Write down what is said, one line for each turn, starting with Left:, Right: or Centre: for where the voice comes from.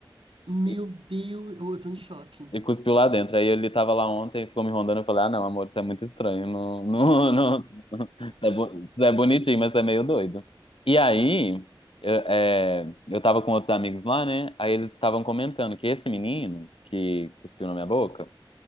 Right: Meu
Left: e,
Right: Deus, eu tô em choque.
Left: e cuspiu lá dentro? Aí ele tava lá ontem e ficou me rondando. Eu falei, ah, não, amor, isso é muito estranho. Não, não, não. <laughs> Isso é, bo- isso é bonitinho, mas é meio doido. E aí, eu, é, eu tava com outros amigos lá, né? Aí eles estavam comentando que esse menino que cuspiu na minha boca,